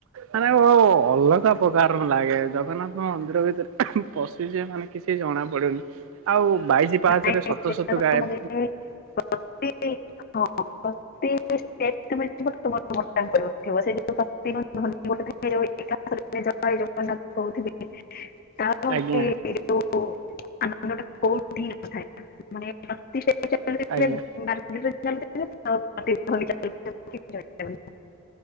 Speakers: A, on the right; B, on the left.
A: ମାନେ ଅଲଗା ଉପକାରମ୍ ଲାଗେ ଜଗନ୍ନାଥ ମନ୍ଦିର ଭିତରେ ଉଁ ହଁ ପଶିଯିବେ। ମାନେ କିଛି ଜଣା ପଡିବନି ଆଉ ବାଇଶି ପାଚ
B: ନାଇଁ
A: ରେ ଶତ
B: ସେଟା
A: ଶତ
B: ତ
A: ଗା ଏ।
B: ମାନେ <unintelligible> <unintelligible> <unintelligible>
A: ଆଜ୍ଞା
B: <unintelligible>
A: ଆଜ୍ଞା
B: <unintelligible>